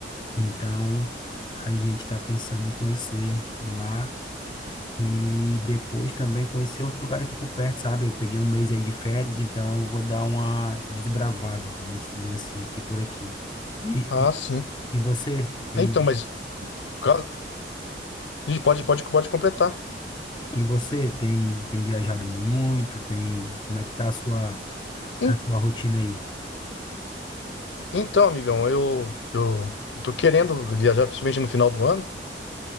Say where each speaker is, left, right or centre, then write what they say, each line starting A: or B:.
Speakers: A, on the left; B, on the left.
A: Então, a gente está pensando em conhecer lá e depois também conhecer outro lugar aqui por perto, sabe? Eu peguei um mês aí de férias, então eu vou dar uma desbravada, vamos dizer assim, aqui por aqui. E,
B: Ah,
A: e,
B: sim.
A: e você tem.
B: É, Então, mas no caso- Ih, pode, pode, pode completar.
A: E você tem, tem viajado muito? Tem, como é que tá a sua, a
B: En-
A: sua rotina aí?
B: Então, amigão, eu, eu, eu tô querendo viajar, principalmente no final do ano.